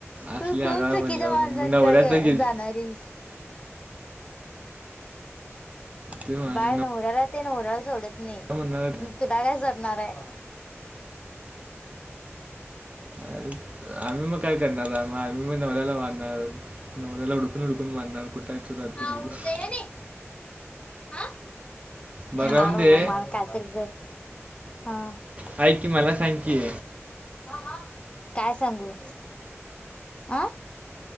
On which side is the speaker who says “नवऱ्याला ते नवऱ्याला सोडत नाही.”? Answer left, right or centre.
Left